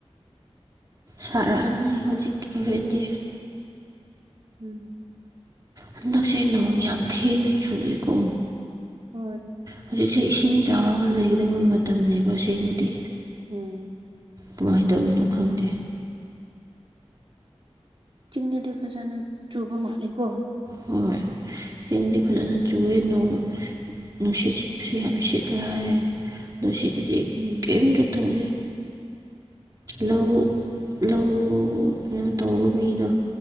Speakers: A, on the right; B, on the right.
A: ꯁꯥꯔꯛꯑꯅꯤ ꯍꯧꯖꯤꯛ ꯍꯣꯔꯦꯟꯗꯤ
B: ꯎꯝ
A: ꯍꯟꯗꯛꯁꯦ ꯅꯣꯡ ꯌꯥꯝ ꯊꯦꯡꯅ ꯆꯨꯏꯀꯣ
B: ꯍꯣꯏ
A: ꯍꯧꯖꯤꯛꯁꯦ ꯏꯁꯤꯡ ꯆꯥꯎꯔꯒ ꯂꯩꯒꯗꯕ ꯃꯇꯝꯅꯦꯕ ꯑꯁꯦꯡꯕꯗꯤ
B: ꯎꯝ
A: ꯀꯃꯥꯏ ꯇꯧꯏꯅꯣ ꯈꯪꯗꯦ꯫
B: ꯆꯤꯡꯗꯗꯤ ꯐꯖꯅ ꯆꯨꯕ ꯃꯥꯂꯦꯀꯣ꯫
A: ꯍꯣꯏ ꯆꯤꯡꯗꯗꯤ ꯐꯖꯅ ꯆꯨꯑꯦ ꯅꯣꯡ꯫ ꯅꯨꯡꯁꯤꯠ ꯁꯤꯠꯄꯁꯨ ꯌꯥꯝ ꯁꯤꯠꯂꯦꯍꯥꯏꯌꯦ ꯅꯣꯏꯁꯤꯗꯗꯤ
B: ꯎꯝ꫰
A: ꯀꯦꯝꯇ ꯇꯧꯗꯦ꫰ ꯂꯧꯂꯧ ꯅꯣ ꯇꯧꯕ ꯃꯤꯗꯣ